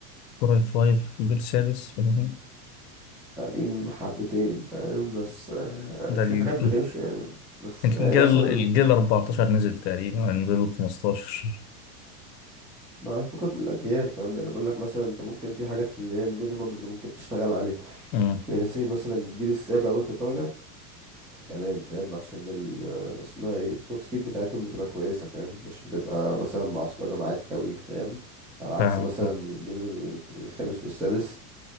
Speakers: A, on the left; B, in the centre.
A: كور اي 5 جيل سادس فاهمني
B: قديم حبتين فاهم بس آه،
A: ده
B: في
A: الجيل
B: حاجات بتمشي يعني بس
A: الجيل
B: يعني مثلا
A: الجيل 14 نزل تقريبا يعني نزل 15
B: ما فكك من الاجيال فاهم يعني بقول لك مثلا انت ممكن في حاجات اللي هي المينيمم اللي ممكن تشتغل عليها
A: أمم،
B: يعني سي مثلا الجيل السابع وانت طالع تمام فاهم عشان ال آه، اسمها ايه الكلوك سبيد بتاعتهم بتبقى كويسه فاهم مش بتبقى مثلا معصلجه معاك قوي فاهم على عكس
A: فاهم
B: مثلا
A: فاهم.
B: الجيل الخامس والسادس